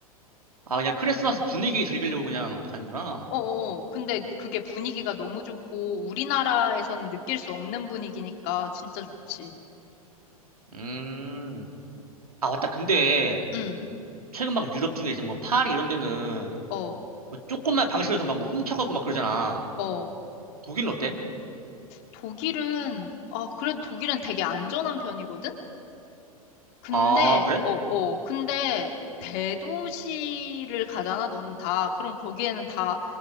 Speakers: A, on the right; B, on the left.
A: 아 그냥 크리스마스 분위기 즐기려고 그냥 가는구나.
B: 어어. 근데 그게 분위기가 너무 좋고 우리나라에서는 느낄 수 없는 분위기니까 진짜 좋지.
A: 음. 아 맞다. 근데
B: 응.
A: 최근 막 유럽 중에 이제 뭐 파리 이런 데는
B: 어.
A: 뭐 조금만 방심해서 막뭐 훔쳐가고 막 그러잖아.
B: 어.
A: 독일은 어때?
B: 독일은 아, 그래도 독일은 되게 안전한 편이거든? 근데
A: 아 그래?
B: 어, 어. 근데 대도시를 가잖아. 너는 다. 그럼 거기에는 다